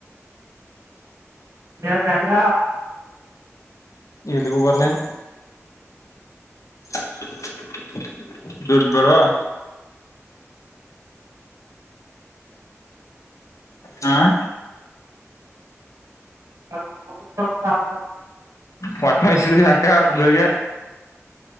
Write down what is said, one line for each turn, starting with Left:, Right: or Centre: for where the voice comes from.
Right: ಅ ಸ್ಯಾಟಗ.
Left: ಶಿವು ಬರ್ಲನು. <unintelligible> ದುಡ್ಡ ಬೇಡವಾ. ಹ್ಮ್ಮ್.
Right: <unintelligible>
Left: ಮಟ್ಟಯಸಿದ್ರಿ ಯಾಕ ಬೆಳಗ.